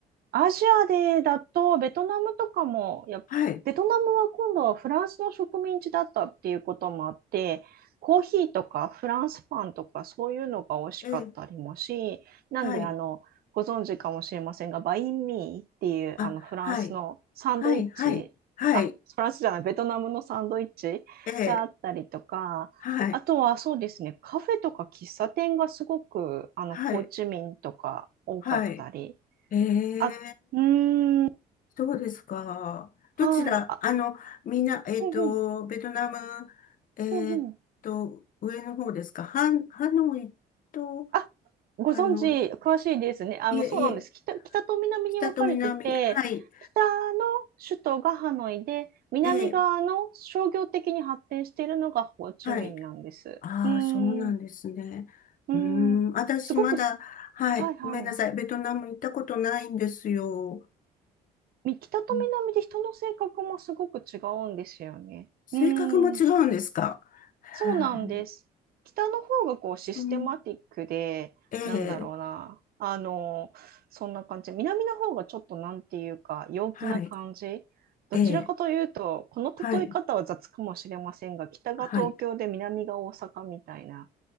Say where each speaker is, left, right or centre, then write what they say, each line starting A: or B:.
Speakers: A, on the right; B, on the left.
A: アジアでだと、ベトナムとかも、いや、
B: はい。
A: ベトナムは今度はフランスの植民地だったっていうこともあって、コーヒーとかフランスパンとかそういうのが美味しかったりもし、
B: ええ、
A: なんであの、
B: はい。
A: ご存知かもしれませんが、バインミーっていうあのフランスのサンドイッチ、
B: あ、はい。はい、はい。はい。
A: あ、フランスじゃない、ベトナムのサンドイッチがあったりとか、
B: ええ、はい。
A: あとはそうですね、カフェとか喫茶店がすごくあのホーチミンとか多かったり、
B: はい。はい。え
A: あ、
B: え、
A: うーん、
B: そうですか。どちら、
A: はい。あ、
B: あの、みんな、えっと、
A: うんうん、
B: ベトナム、えっと、
A: うんうん。
B: 上の方ですか。ハン、ハノイと、
A: あ、ご存知、
B: あの、
A: 詳しいですね。あの、
B: いえいえ、
A: そうなんです。北、北と南に分かれてて、
B: 北と南。はい。
A: 北の首都がハノイで、南側の商業的に発展しているのがホーチミンなんです。
B: ええ、はい。ああ、
A: うーん、
B: そうなんですね。
A: うーん、
B: うーん、私まだ、
A: すごくす、
B: はい。
A: はいはい。
B: ごめんなさい。ベトナム行ったことないんですよ。
A: み北と南で人の性格もすごく違うんですよね。
B: うん性格も違うんですかはい
A: うーん、そうなんです。北の方がこうシステマティックで、
B: うん、ええ、
A: なんだろうな、あの、そんな感じ。南の方がちょっとなんていうか、陽気な感じ。
B: はい。
A: どちらかというと、
B: ええ、
A: この例え方は雑かもしれませんが、
B: はい。
A: 北が東京で南が大阪みたいな
B: はい。